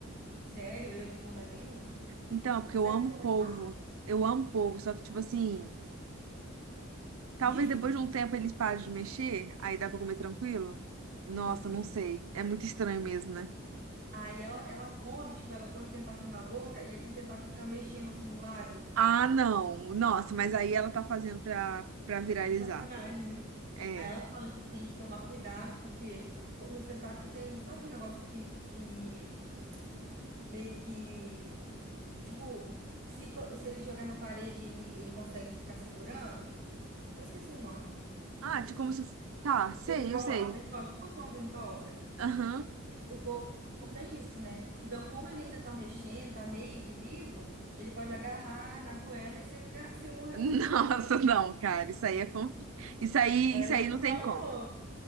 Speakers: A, on the right (about 45°); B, on the right (about 85°).
A: sério, eu não tenho vontade nenhuma.
B: Então, porque
A: Isso
B: eu
A: aqui
B: amo
A: que ela
B: polvo.
A: tá
B: Eu amo polvo, só que tipo assim,
A: vivo?
B: Talvez depois de um tempo eles parem de mexer, aí dá pra comer tranquilo? Nossa,
A: Não sei.
B: não sei. É muito estranho mesmo, né?
A: Aí ela, ela come, tipo, ela põe o tentáculo na boca e aquele tentáculo fica mexendo assim no lábio.
B: Ah, não. Nossa, mas aí ela tá fazendo pra, pra viralizar.
A: Sacanagem, né?
B: É.
A: Aí ela fala que tem que tomar cuidado, porque co- nos tentáculos tem, sabe aquele negócio que, que meio que, tipo, se, co- se ele jogar na parede, ele, ele consegue ficar segurando? Eu esqueci o nome.
B: Ah, tipo, como se. Tá, sei,
A: Ventosa,
B: eu sei.
A: ventosa, tipo uma ventosa.
B: Aham.
A: O povo tem isso, né? Então, como ele ainda tá mexendo, tá meio que vivo, ele pode agarrar na goela e você ficar, você
B: <laughs>
A: morre,
B: Nossa,
A: tipo assim,
B: não, cara. Isso aí é fanfic. Isso aí,
A: Ela
B: isso aí
A: que
B: não
A: falou.
B: tem como.